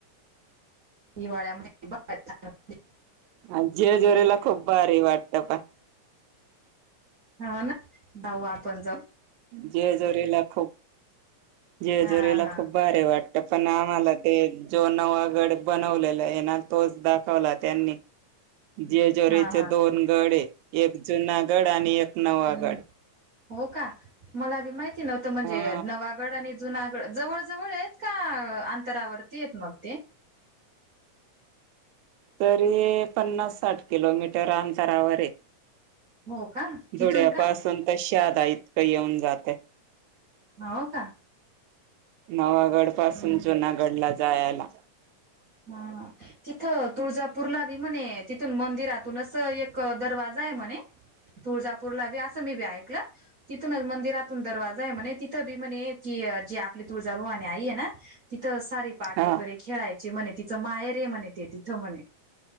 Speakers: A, on the right; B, on the right.
A: दिवाळ्यामध्येहिती. अच्छा.
B: ह जे जोरीला खूप भारी वाटतं पण.
A: हो ना भाऊ आपण जाऊ.
B: जय झुलेला खू जय
A: हा
B: झुलेला
A: हा
B: खूप. बरे वाटत पण आम्हाला ते जो नवा गड बनवलेला आहे ना तोच दाखवला त्यांनी.
A: <inaudible> <inaudible>
B: जेजुरीचे
A: हा हा
B: दोन गड एक जुना गड आणि एक. नवा
A: आणि
B: गड
A: हो का मलाी माहिती नव्हतं म्हणजे
B: हा
A: नवागड आणि. जुनागड जवळ जवळ आहेत का अंतरावरती आहेत मग ते.
B: तरी पन्नास साठ किलोमीटर अंतरावर आहे.
A: हो का तिथून
B: धुळ्यापासून
A: का
B: तर शादा इतकं येऊन जाते.
A: होव का.
B: नवागड पासून
A: हम्म.
B: जुनागड ला जायला.
A: हा तिथं तुळजापूरला बी म्हणे तिथून मंदिरातूनच एक दरवाजा. जा म्हणे तुळजापूरला बी असं मी बी ऐकलं. तिथूनच मंदिरातून दरवाजा आहे म्हणे तिथं बी म्हणे की जे आपली तुळजाभवाने आहेई आहे ना. तिथं सारी पाठ
B: हा
A: वगैरे खेळायचे म्हणे तिथं मायरे म्हणे ते तिथं म्हणे.